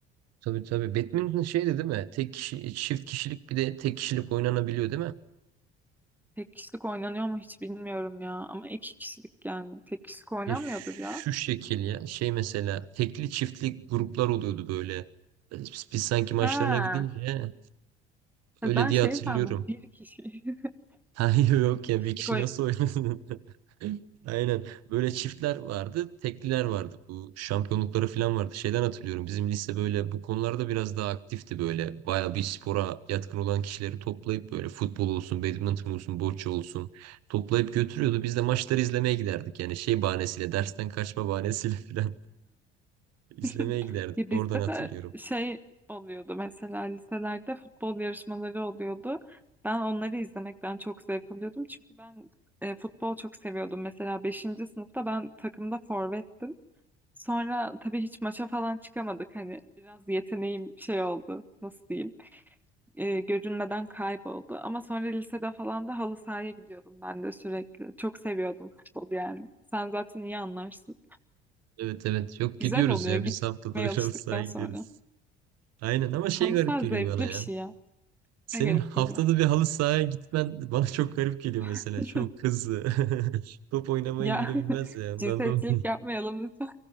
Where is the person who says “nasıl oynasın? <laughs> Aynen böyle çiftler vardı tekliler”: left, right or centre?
Right